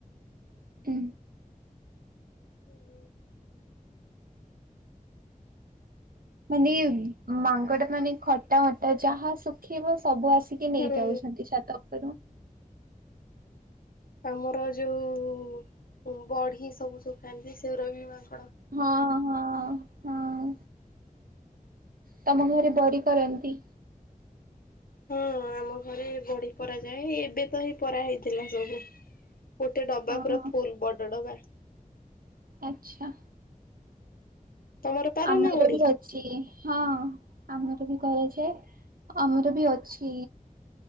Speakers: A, on the right (about 85°); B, on the left (about 85°).
A: ହୁଁ।
B: ହୁଁ ହୁଁ।
A: ମାନେ ମାଙ୍କଡା ମାନେ ଖଟା ମଟା ଯାହା ଶୁଖେଇବ ସବୁ ଆସ ଟେକି ନେଇ
B: ହୁଁ
A: ଯାଉଛନ୍ତି ଛାତ ଉପରୁ
B: ଆମର ଯୋଉ ବଢି ସବୁ ଶୁଖାନ୍ତି ସେଉରା ବି ମାନେ
A: ହଁ ହଁ ହଁ। ତମ ଘରେ ବଡି କରନ୍ତି?
B: ହଁ ଆମ ଘରେ ବଢି ପରା ଯାଏ ଏବେ ତ ହେଇ ପରା ହେଇଥିଲା। ସବୁ ଗୋଟେ ଡବା
A: ହଁ
B: ପୁରା
A: ହଁ
B: ଫୁଲ ବଡ ଡବା।
A: ଆଚ୍ଛା।
B: ତମର ପାର
A: ଆମର
B: ନା ବଢି?
A: ବି ଅଛି ହଁ ଆମର। କରାଯାଏ ଆମର ବି ଅଛି।